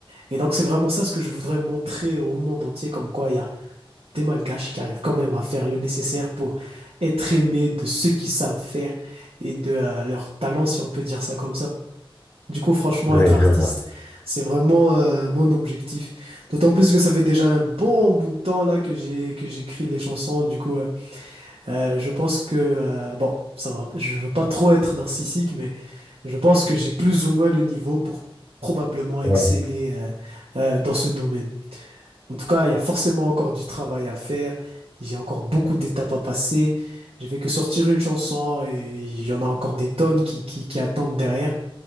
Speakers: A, on the right; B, on the left.
A: Et donc, c'est vraiment ça ce que je voudrais montrer au monde entier, comme quoi il y a des Malgaches qui arrivent quand même à faire le nécessaire pour être aimés de ceux qui savent faire et de euh, leur talent, si on peut dire ça comme ça. Du coup, franchement,
B: oui,
A: être artiste,
B: je vois.
A: c'est vraiment euh, mon objectif. D'autant plus que ça fait déjà un bon bout de temps là que j'ai que j'écris les chansons. Du coup, euh, euh, je pense que euh, bon, ça va. Je veux pas trop être narcissique, mais je pense que j'ai plus ou moins le niveau pour probablement exceller
B: Ouais,
A: euh, euh, dans ce domaine. En tout cas, il y a forcément encore du travail à faire. J'ai encore beaucoup d'étapes à passer. J'ai fait que sortir une chanson et il y en a encore des tonnes qui qui, qui attendent derrière.